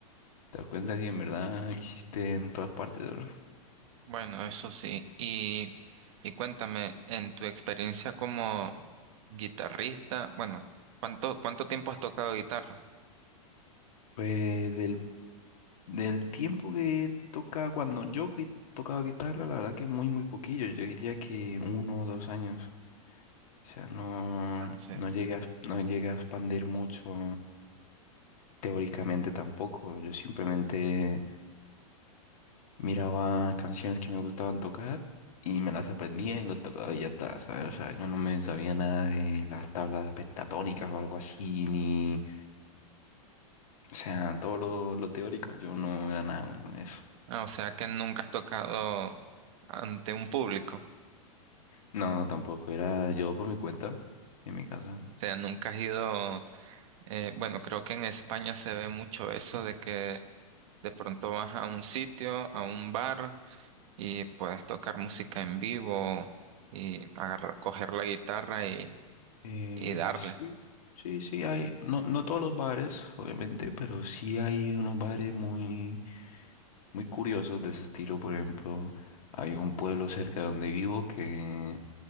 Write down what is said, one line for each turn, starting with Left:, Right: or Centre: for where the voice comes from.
Left: Te das cuenta que en verdad existe en todas partes, ¿no?
Right: bueno, eso sí. Y, y cuéntame, en tu experiencia como guitarrista, bueno, ¿cuánto, cuánto tiempo has tocado guitarra?
Left: Pues del Del tiempo que tocaba cuando yo gui- tocaba guitarra, la verdad que muy, muy poquillo. Yo diría que uno o dos años. O sea, no,
Right: Ah, sí.
Left: no llegué a, no llegué a expandir mucho teóricamente tampoco. Yo simplemente miraba canciones que me gustaban tocar y me las aprendía y los tocaba y ya está, ¿sabes? O sea, yo no me sabía nada de las tablas pentatónicas o algo así, ni... O sea, todo lo, lo teórico, yo no era nada bueno en eso.
Right: Ah, o sea que nunca has tocado ante un público.
Left: No, tampoco, era yo por mi cuenta, en mi casa.
Right: O sea, nunca has ido. Eh, bueno, creo que en España se ve mucho eso de que de pronto vas a un sitio, a un bar y puedes tocar música en vivo y agarrar, coger la guitarra y,
Left: Eh,
Right: y darle.
Left: sí, sí, sí, hay, no, no todos los bares, obviamente, pero sí hay unos bares muy, muy curiosos de ese estilo. Por ejemplo, hay un pueblo cerca de donde vivo que